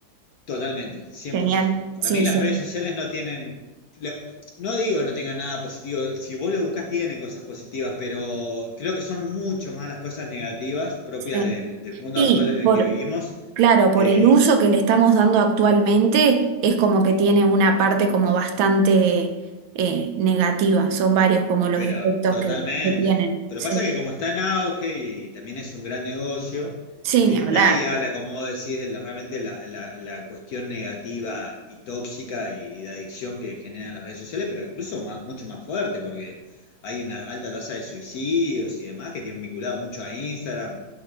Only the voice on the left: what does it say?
totalmente, cien
por ciento. Para
mí las
redes sociales no tienen, lo- no digo que no tengan nada positivo, si vos lo buscás tienen cosas positivas, pero creo que son mucho más las cosas negativas propias
del, del mundo
actual en el
que vivimos,
que
Pero
totalmente.
Pero
pasa que como está en auge y, también es un gran negocio,
eh,
nadie habla, como vos decís, de la- realmente la, la- la cuestión negativa y tóxica y, de adicción que generan las redes sociales, pero incluso más- mucho más fuerte, porque hay una alta tasa de suicidios y demás que tienen vinculado mucho a Instagram,